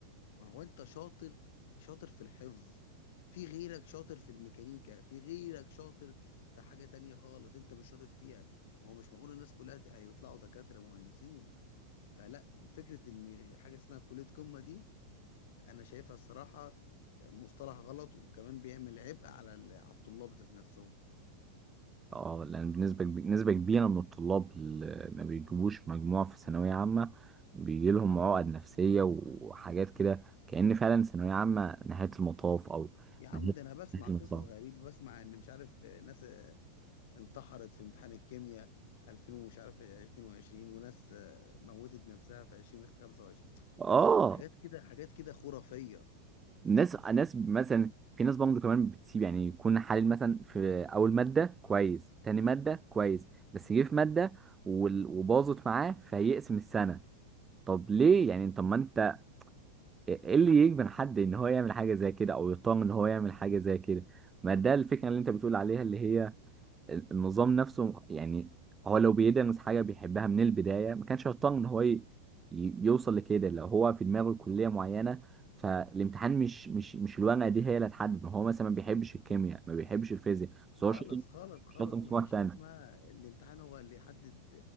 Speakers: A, on the left; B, on the right.
A: ما هو انت شاطر شاطر في الحفظ في غيرك شاطر في الميكانيكا في غيرك شاطر في حاجه تانية خالص انت مش شاطر فيها ما هو مش معقول الناس كلها ت- هيطلعوا دكاتره مهندسين فلا فكره ان حاجه اسمها كليه قمه دي انا شايفها الصراحه مصطلح غلط وكمان بيعمل عبء على ال- على الطلاب ذات نفسهم
B: اه لان بالنسبه كب- نسبه كبيره من الطلاب اللي ما بيجيبوش مجموع في ثانويه عامه بيجي لهم عقد نفسيه وحاجات كده كأن فعلا ثانويه عامه نهايه المطاف او
A: يا عم
B: نهايه
A: ده انا بسمع
B: نهاية المطاف
A: قصص غريبه بسمع ان مش عارف ناس انتحرت في امتحان الكيمياء 2000 ومش عارف 22 وناس موتت نفسها في 2025
B: اه
A: حاجات كده حاجات كده خرافيه
B: ناس ناس مثلا في ناس برضه كمان بتسيب يعني يكون حالل مثلا في اول ماده كويس تاني ماده كويس بس يجي في ماده وال- وباظت معاه فيقسم السنه طب ليه يعني طب ما انت ايه إيه اللي يجبن حد ان هو يعمل حاجه زي كده او يطمن ان هو يعمل حاجه زي كده ما ده الفكره اللي انت بتقول عليها اللي هي ال- النظام نفسه يعني هو لو بيدرس حاجه بيحبها من البدايه ما كانش هيطمن ان هو ي... ي- يوصل لكده لو هو في دماغه كليه معينه فالامتحان مش مش مش الورقه دي هي اللي هتحدد ما هو مثلا ما بيحبش الكيمياء ما بيحبش الفيزياء بس هو
A: خالص
B: شاطر
A: خالص خالص
B: شاطر
A: ما
B: في مواد
A: فيش
B: تانية
A: حاجه اسمها الامتحان هو اللي يحدد